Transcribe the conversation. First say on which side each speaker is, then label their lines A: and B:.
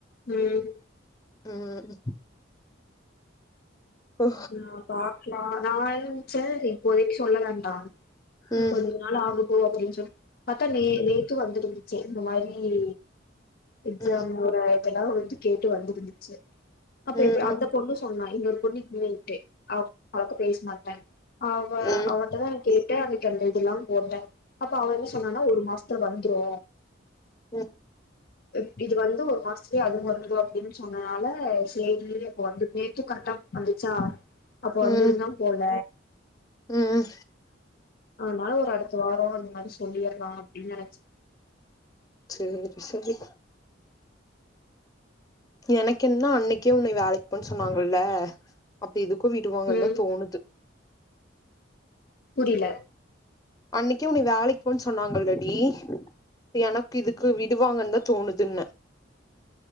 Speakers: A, on the left (about 50°); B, on the left (about 20°).
A: ம்
B: ம் ஹ
A: நா பாக்லா நா என்ன நெனச்ச இப்போதைக்கு சொல்ல வேண்டா இன்று
B: ம்
A: கொஞ்சோ நாளாகட்டு அப்டின் சொன் பாத்தா நே நேத்து வந்துருந்துச்சு இந்த மாரி இ எக்ஜாம்
B: ம்
A: ஒரு ஆயிரத்தி ஐநூறு ரூவா வந்து கேட்டு வந்திருந்துச்சு அப்ப
B: ம்
A: எப்டி அந்த பொண்ணு சொன்னா இன்னொரு பொண்ணு இல்லைன்ட்டு அவ்ளக்கா பேச மாட்ட அவ
B: ம்
A: அவன்ட்டதா நா கேட்டேன் அன்னைக்கு அந்த இதெல்லாம் போட்டன் அப்ப அவன் என்ன சொன்னானா ஒரு மாச த்துல வந்துரு
B: ம்
A: இ இது வந்து ஒரு மாசத்துலயே அதுவு வந்துரு அப்டின்னு சொன்னனால சேரி அப்ப வந்து பேத்துக்கட்டம் வந்துச்சா அப்ப
B: ம்
A: இன்னும் போல
B: ம்
A: ஆனால ஒரு அடுத்த வாரோ அந்த மாரி சொல்லீர்லா அப்டின்னு நெனச்
B: சேரி சேரி எனக்கென்னா அன்னைக்கே உன்னை வேலைக் போனு சொன்னாங்கல்ல அப்ப எதுக்கோ விடுவாங்கன்னுதா
A: ம்
B: தோணுது
A: புரில
B: அன்னைக்கே உன்ன வேலைக்கு போனு சொன்னாங்கல்லடி அப்ப எனக்கு இதுக்கு விடுவாங்கனுதா தோணுதுன